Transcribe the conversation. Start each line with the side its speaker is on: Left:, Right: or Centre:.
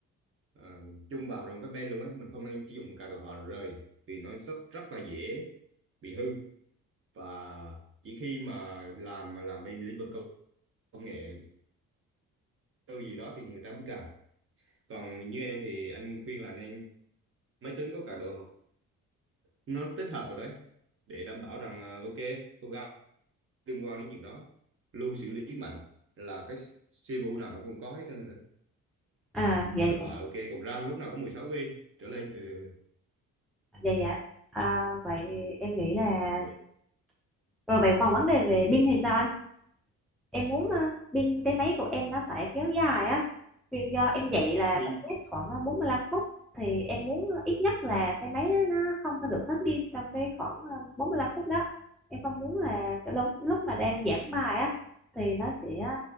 Right: ờ, chung vào trong cái main luôn ấy, mình không nên sử dụng các đồ họa rời vì nó rất rất là dễ bị hư và chỉ khi mà làm mà làm bên lĩnh vực công công nghệ tư gì đó thì người ta mới cần. Còn như em thì anh khuyên là nên máy tính có cả đồ nó tích hợp vào đấy để đảm bảo rằng là ok cô gái liên quan đến chuyện đó lưu xử lý mạnh là cái CPU nào nó cũng có hết trơn rồi đó
Centre: à vậy
Right: cả đồ
Centre: vậy
Right: họa ok còn RAM lúc nào cũng 16 GB trở lên ừ.
Centre: dạ dạ. à, vậy em nghĩ là
Right: rồi
Centre: rồi vậy còn vấn đề về pin thì sao anh em muốn ờ, pin cái máy của em nó phải kéo dài á vì do em dạy là
Right: pin
Centre: một tiết khoảng ờ, 45 phút thì em muốn ờ, ít nhất là cái máy nó không có được hết pin trong cái khoảng ờ, 45 phút đó em không muốn là cái lúc lúc mà đang giảng bài á thì nó sẽ ờ,